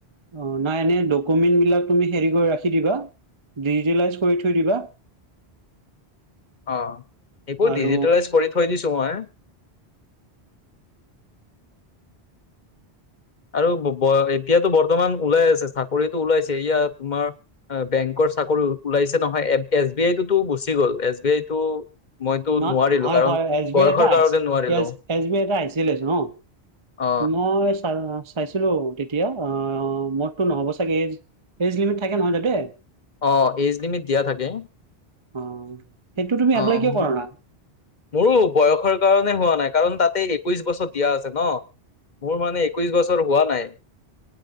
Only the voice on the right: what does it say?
অ নাই এনে ডকুমেণ্ট বিলাক তুমি হেৰি কৰি ৰাখি দিবা ডিজিটেলাইজ কৰি থৈ দিবা।
আৰু
ন
হয়
হয়, এছ
বি আইটো আহ
এছ বি আইটো <unintelligible>
মই চাৰা চাইছিলো তেতিয়া অ', মদতো নহ'ব চাগে এইজ এইজ লিমিট থাকে নহয় তাতে।
অ', সেইটো তুমি
এপ্লাই কিয় কৰা নাই?